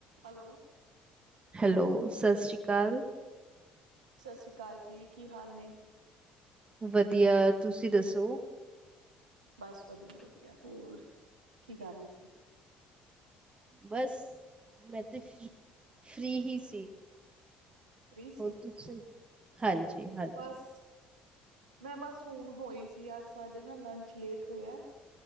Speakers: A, on the right; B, on the right.
A: ਹੈਲੋ।
B: ਹੈਲੋ, ਸਤਿ ਸ਼੍ਰੀ ਅਕਾਲ।
A: ਸਤਿ ਸ੍ਰੀ ਅਕਾਲ ਜੀ, ਕੀ ਹਾਲ ਨੇ?
B: ਵਧੀਆ, ਤੁਸੀਂ ਦੱਸੋ?
A: ਬਸ ਵਧੀਆ-ਵਧੀਆ, ਹੋਰ ਕੀ ਕਰ ਰਹੇ ਸੀ।
B: ਬਸ ਮੈਂ ਤਾਂ ਫ ਫ੍ਰਰੀ ਹੀ ਸੀ।
A: ਫ੍ਰੀ ਸੀ
B: ਹੋ ਤੁਸੀਂ, ਹਾਂਜੀ-ਹਾਂਜੀ।
A: ਬਸ ਮੈਂ ਬਸ ਹੁਣ ਹੋਈ ਸੀ, ਅੱਜ ਸਾਡੇ ਨਾ ਲੰਚ ਲੇਟ ਹੋਇਆ ਐ।